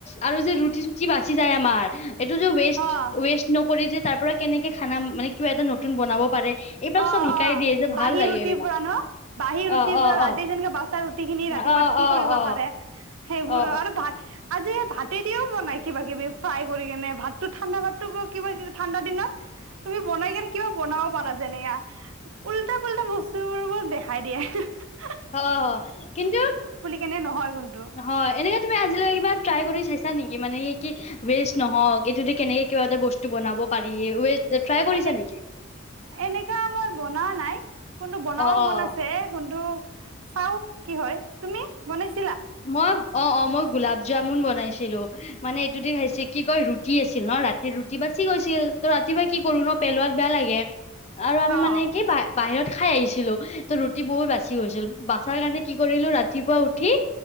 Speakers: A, on the left (about 30°); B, on the right (about 80°).
A: আৰু যে ৰুটি চ কি বাচি যায়, আমাৰ <unintelligible> এইটো যে ৱেষ্ট,
B: আ অ
A: ৱেষ্ট নকৰি যে তাৰ পৰা কেনেকে খানা, মানে কিবা এটা নতুন বনাব পাৰে।
B: অ,
A: এইবিলাক চব শিকাই
B: অ
A: দিয়ে যে ভাল
B: বাঁহী
A: লাগে
B: ৰুটিৰ
A: এইবিলাক
B: পৰা ন? বাঁহী ৰুটিৰ
A: অ
B: পৰা
A: অ
B: ৰাতি
A: অ
B: যেনেকে বাচা ৰুটি খিনি,
A: অ
B: ৰাতিপুৱা
A: অ
B: কি কৰিব
A: অ
B: পাৰে। সেইবোৰো
A: অ
B: আৰু ভাত আজি এই ভাতে দিও বনাই কিবা কিবি, ফ্ৰাই কৰি পিনে, ভাততো ঠাণ্ডা ভাততো কিবা, ঠাণ্ডা দিনত তুমি বনাই কেনে কিবা বনাব পাৰা যেনে উল্টা পোল্টা বস্তু বোৰ দেখাই দিয়ে। ‌
A: অ' কিন্তু,
B: কেনে নহয় কিন্তু
A: অ'! এনেকে তুমি আজিলৈকে কিবা ট্ৰাই কৰি চাইছা ছা নেকি মানে কি, কি ৱেষ্ট নহওক, এইটোদি কেনেকে কিবা এটা বস্তু বনাব পাৰি ট্ৰাই কৰিছা
B: এনে
A: নেকি?
B: এনেকা মই বনোৱা নাই, কোনটো বনাব
A: অ', অ',
B: মন আছে, কোনটো চাও কি হয়, তুমি? বনাইছ
A: মই অ'! অ'! মই গোলাপ জামুন বনাইছিলোঁ। মানে এইটো দি খাইছে, কি কয় ৰুটি আছিল, ন ৰাতি ৰুটি বাচি গৈছিল, ত ৰাতিপুৱা কি কৰো ন, পেলোৱাত বেয়া লাগে। আৰু আমি
B: অ
A: মানে কি, বা বাহিৰত খাই আহিছিলোঁ, ত' ৰুটি বহুত বাচি গৈছিল। বাচাৰ কাৰণে কি কৰিলোঁ ৰাতিপুৱা উঠি